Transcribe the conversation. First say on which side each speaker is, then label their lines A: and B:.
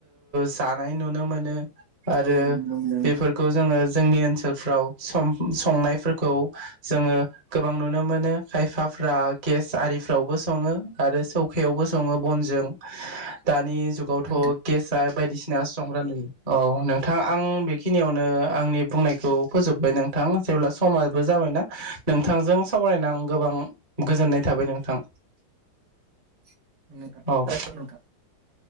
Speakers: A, on the right (about 35°); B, on the right (about 70°).
A: जानाय नुनो मोनो। आरो
B: औ नुनो मोनो नोंथां
A: बेफोरखौ जोङो जोंनि ओनसोलफ्राव सम संनायफोरखौ जोङो। गोबां नुनो मोनो खायफाफ्रा गेस आरिफ्रावबो सङो। आरो सौखायावबो सङो बन जों। दानि जुगावथ'
B: नोंथां
A: गेसआ बायदिसि ना संग्रा औ नों थां आं बेखिनियावनो आंनि बुंनायखौ फोजोबबाय नोंथां। जेब्ला समाबो जाबायना? नोंथांजों सावरायना गोबां गोजोननाय थाबाय नोंथां।
B: <unintelligible>
A: औ